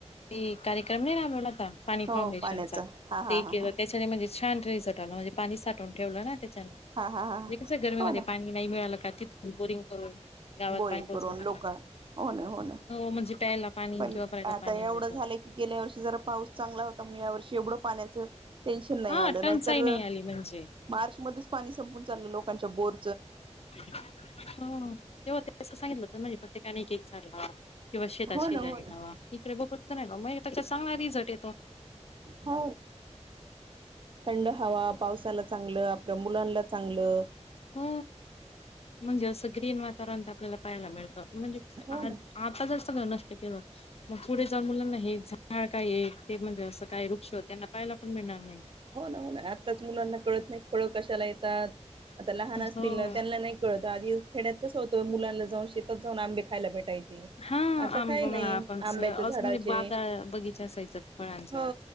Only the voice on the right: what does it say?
हो
पाण्याचा हा हा
हा
हा
हा हा हा
हो
ना
बोरिंग
करून लोक हो ना हो ना.
पण
आता
एवढं
झालंय की, गेल्या वर्षी जरा पाऊस चांगला होता म्हणुन या वर्षी एवढं पाण्याचं टेन्शन नाही
आलं
नाहीतर
मार्च मध्येच पाणी संपून चाललं लोकांच्या बोर
हो
ना हो ना
हो थंड हवा पावसाला चांगलं आपलं मुलांला चांगलं
हो
ना.
हो ना, हो ना आत्ताच मुलांना कळत नाही फळं कशाला येतात आता लहान असतील
ना त्यांनला नाही कळतं, आधी खेड्यात कसं होतं मुलांला जाऊन शेतात जाऊन आंबे क खायला भेटायची
आता
काही नाही
आंब्याच्या
झाडाचे
हो,